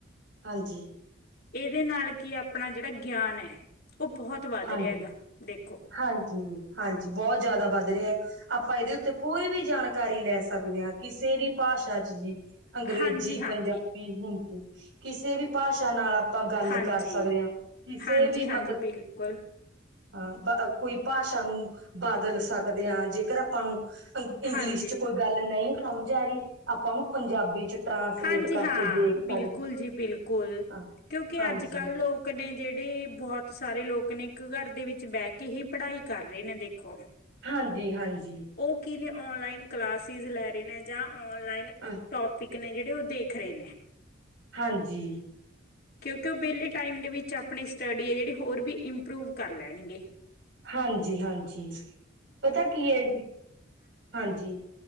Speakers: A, on the right; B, on the left.
A: ਹਾਂਜੀ।
B: ਇਹਦੇ ਨਾਲ ਕੀ ਆਪਣਾ ਜਿਹੜਾ ਗਿਆਨ ਹੈ। ਉਹ ਬਹੁਤ ਵੱਧ
A: ਹਾਂਜੀ
B: ਰਿਹਾ ਹੈਗਾ ਦੇਖੋ
A: ਹਾਂਜੀ ਹਾਂਜੀ ਬਹੁਤ ਜ਼ਿਆਦਾ ਵੱਧ ਰਿਹਾ ਆਪ ਆਪਾਂ ਇਹਦੇ ਉੱਤੇ ਕੋਈ ਵੀ ਜਾਣਕਾਰੀ ਲੈ ਸਕਦੇ ਹਾਂ ਕਿਸੇ ਵੀ ਭਾਸ਼ਾ ਚ ਜੀ। ਅੰਗਰੇਜ਼ੀ
B: ਹਾਂਜੀ ਹਾਂਜੀ
A: ਪੰਜਾਬੀ ਹਿੰਦੀ ਕਿਸੇ ਵੀ ਭਾਸ਼ਾ ਨਾਲ ਆਪਾਂ ਗੱਲ
B: ਹਾਂਜੀ
A: ਕਰ ਸਕਦੇ ਹਾਂ ਕਿਸੇ
B: ਹਾਂਜੀ
A: ਵੀ ਮਤਲਬ
B: ਹਾਂਜੀ ਬਿਲਕੁਲ
A: ਹਾਂ ਕੋਈ ਭਾਸ਼ਾ ਨੂੰ ਬਦਲ ਸਕਦੇ ਹਾਂ ਜੇਕਰ ਆਪਾਂ ਨੂੰ ਇੰਗਲਿਸ਼
B: ਹਾਂਜੀ
A: ਚ ਕੋਈ ਗੱਲ ਨਹੀਂ ਸਮਝ ਆ ਰਹੀ ਆਪਾਂ ਉਹਨੂੰ ਪੰਜਾਬੀ ਚ ਟਰਾਂਸਲੇਟ
B: ਹਾਂਜੀ
A: ਕਰਕੇ
B: ਹਾਂ
A: ਦੇਖ
B: ਬਿਲਕੁਲ
A: ਸਕਦੇ
B: ਜੀ ਬਿਲਕੁਲ।
A: ਹਾਂ
B: ਕਿਉਂਕਿ
A: ਹਾਂਜੀ
B: ਅੱਜ ਕੱਲ ਲੋਕ ਨੇ ਜਿਹੜੇ ਬਹੁਤ ਸਾਰੇ ਲੋਕ ਨੇ ਇੱਕ ਘਰ ਦੇ ਵਿੱਚ ਬਹਿ ਕੇ ਹੀ ਪੜ੍ਹਾਈ ਕਰ ਰਹੇ ਨੇ ਦੇਖੋ।
A: ਹਾਂਜੀ ਹਾਂਜੀ।
B: ਉਹ ਕੀ ਨੇ ਓਨਲਾਈਨ ਕਲਾਸ ਲੈ ਰਹੇ ਨੇ ਜਾਂ ਓਨਲਾਈਨ
A: ਹਾਂ,
B: ਟੋਪਿਕ ਨੇ ਜਿਹੜੇ ਉਹ ਦੇਖ ਰਹੇ ਨੇ।
A: ਹਾਂਜੀ।
B: ਕਿਉਂਕਿ ਉਹ ਵਿਹਲੇ ਟਾਈਮ ਦੇ ਵਿੱਚ ਆਪਣੀ ਸਟੱਡੀ ਹੈ ਜਿਹੜੀ ਹੋਰ ਵੀ ਇੰਪਰੂਵ ਕਰ ਲੈਣਗੇ।
A: ਹਾਂਜੀ ਹਾਂਜੀ ਪਤਾ ਕੀ ਹੈ ਜੀ। ਹਾਂਜੀ